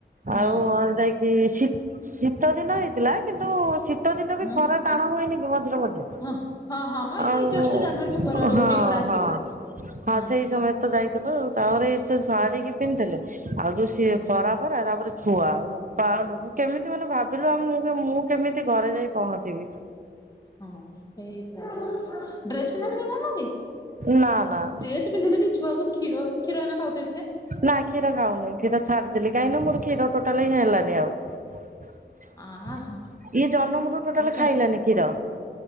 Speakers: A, on the left (about 20°); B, on the right (about 45°).
A: ହୁଁ
B: ଆଉ କଣ ଯାଇ ଚି ଶୀ-ଶୀତ ଦିନ ହେଇଥିଲା କିନ୍ତୁ ଶୀ ଶୀତ ଦିନ ବି
A: ହୁଁ
B: ଖରା ଟାଣ ହୁଏନି କି ମଝିରେ ମଝିରେ
A: ହଁ ହଁ ହଁ ମ
B: ଆଉ।
A: ଏଇ ଜଷ୍ଟ ଜାନୁଆରୀ ଫେବୃଆରୀ ଆଡକୁ
B: ହଁ
A: ଟିକେ ଖରା ଆସିବ
B: ହଁ ହଁ
A: ହୁଁ
B: ସେଇ ସମୟ। ତ ଯାଇଥିଲୁ ଆଉ ତାପରେ ଏଇ ସେ ଶାଢୀ
A: ହୁଁ
B: କି ପିନ୍ଧିଦେଲି ଆଉ ଯୋଉ ସିଏ
A: ହୁଁ
B: ଖରା ଫରା ତାପରେ। ଛୁଆ ବୋପାଲୋ ମୁଁ କେମିତି ମାନେ ଭାବିଲୁ ଆଉ ମୁଁ କେ ମୁଁ କେମିତି ଘରେ ଯାଇ ପହଞ୍ଚିବି।
A: ହଁ ହଁ ହେ ହେଇଥିଲା ଡ୍ରେସ ପିନ୍ଧା ପିନ୍ଧା କରୁନୁ କି?
B: ନା ନା।
A: ଡ୍ରେସ୍ ପିନ୍ଧିଲେ ବି ଛୁଆ କୁ କ୍ଷୀର କ୍ଷୀର ଏଇନା ଖାଉଥିବେ ସେ।
B: ନା କ୍ଷୀର ଖାଉନି କ୍ଷୀର ଛାଡିଦେଲି କାହିଁକି ନା ମୋର କ୍ଷୀର ଟୋଟାଲି ହିଁ ହେଲାନି ଆଉ।
A: ଆହା
B: ଇଏ ଜନମରୁ ଟୋଟାଲ
A: କହୁଛନ୍ତି
B: ଖାଇଲାନି କ୍ଷୀର।